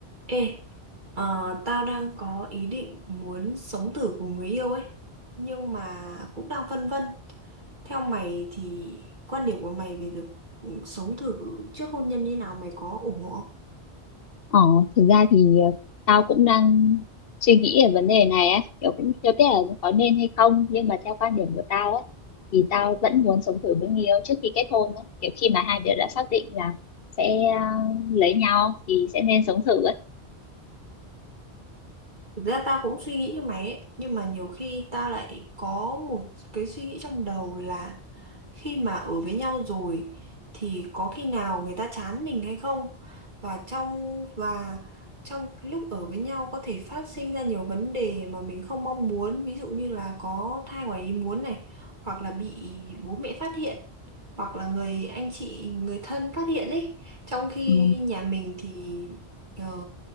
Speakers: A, on the right; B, on the left.
A: Ê, ờ, tao đang có ý định muốn sống thử cùng người yêu ấy, nhưng mà cũng đang phân vân. Theo mày thì quan điểm của mày về việc ừ, sống thử trước hôn nhân như nào mày có ủng hộ không?
B: Ờ, thực ra thì ờ, tao cũng đang suy nghĩ về vấn đề này á, kiểu cũng chưa biết là có nên hay không, nhưng mà theo quan điểm của tao á, thì tao vẫn muốn sống thử với người yêu trước khi kết hôn á, kiểu khi mà hai đứa đã xác định là sẽ ờ, lấy nhau thì sẽ nên sống thử á.
A: Thực ra tao cũng suy nghĩ như mày ấy, nhưng mà nhiều khi tao lại có một cái suy nghĩ trong đầu là khi mà ở với nhau rồi thì có khi nào người ta chán mình hay không? Và trong và trong cái lúc ở với nhau có thể phát sinh ra nhiều vấn đề mà mình không mong muốn, ví dụ như là có thai ngoài ý muốn này, hoặc là bị bố mẹ phát hiện, hoặc là người anh chị, người thân phát hiện ấy. Trong khi
B: Ừ.
A: nhà mình thì ờ,